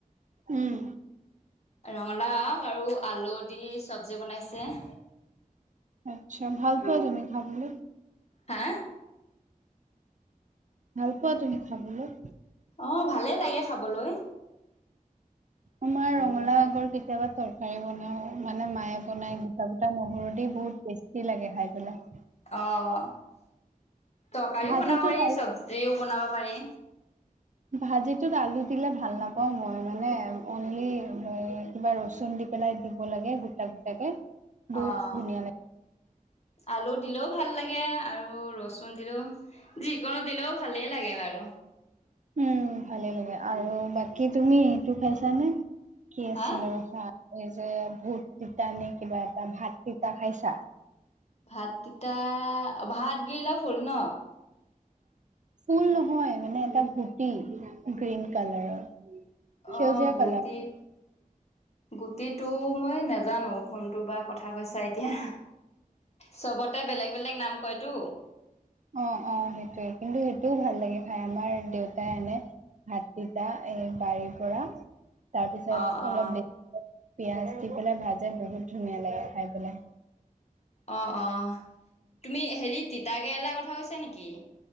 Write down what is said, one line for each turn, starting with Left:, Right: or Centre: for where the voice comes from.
Right: উম।
Left: ৰঙালাও আৰু আলু দি চব্জি বনাইছে।
Right: আচ্ছা ভাল পোৱা তুমি খাবলে?
Left: হা?
Right: ভাল পোৱা তুমি খাবলে?
Left: অঁ ভালে লাগে খাবলৈ।
Right: আমাৰ ৰঙলাও আগৰ কেতিয়াবা তৰকাৰী বনাও। মানে মায়ে বনাই গোটা গোটা নহৰু দি বহুত টেষ্টি লাগে খায় পেলাই।
Left: অঁ তৰকাৰীও
Right: ভাজিটোত
Left: বনাব পাৰি,
Right: আলু
Left: চব্জিও বনাব পাৰি।
Right: ভাজিটোত আলু দিলে ভাল নাপাওঁ মই মানে অনলি কিবা ৰচুন দি পেলাই দিব লাগে গোটা গোটাকে। বহুত
Left: অঁ
Right: ধুনীয়া
Left: আলু দিলেও ভাল লাগে, আৰু ৰচুন দিলেও যিকোনো দিলেও ভালেই লাগে বাৰু।
Right: উম ভালে লাগে আৰু বাকী তুমি এইটো খাইছানে? কি আছিল
Left: হা
Right: ৰখা এই যে ভূত তিতা নে কিবা এটা ভাত তিতা খাইছা?
Left: ভাত তিতা ভাত গেইলা ফুল ন?
Right: ফুল নহয় মানে এটা গুটি গ্ৰীণ কালাৰৰ। সেউজীয়া
Left: অঁ গুটিত
Right: কালাৰ
Left: গুটিটো মই নেজানো, কোনটো বা কথা কৈছা এতিয়া? চবতে বেলেগ বেলেগ নাম কয়তো।
Right: অঁ অঁ সেইটোৱে, কিন্তু সেইটোও ভাল লাগে খায় আমাৰ দেউতাই আনে। ভাত তিতা এ বাৰীৰ পৰা, তাৰপিছত
Left: অ অ
Right: অলপ দে পিয়াজ দি পেলাই ভাজে বহুত ধুনীয়া লাগে খায় পেলাই।
Left: অঁ অঁ তুমি হেৰি তিতাকেৰেলা কথা কৈছা নেকি?